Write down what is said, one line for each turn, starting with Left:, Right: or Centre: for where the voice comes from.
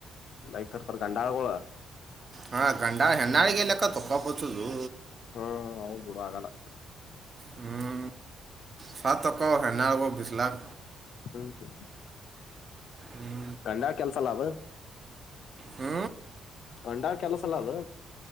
Left: ಬೈಕ್ ತತ ಗಂಡಾಳಗೋಳ
Right: ಹಾ ಕಂಡ ಹೆ ನಾಳಗೆಲ್ಲಲೆಕ್ಕ ತಪ್ಪಾಪತುದು
Left: ಹಾ ಹೌದ್ ಬಿಡು ಆಗಲ್ಲ
Right: ಹಞ ಸ ತಕ ಹನಗ ಬಿ ಲಾಖ
Left: ಹರಿಕು
Right: ಹ್ಮ್
Left: ಗಂಡ ಕೆಲ್ಸ ಅಲ್ಲ ಅದು
Right: ಹ್ಮ
Left: ಗಂಡಾ ಕೆಲಸ ಎಲ್ಲ ಅದು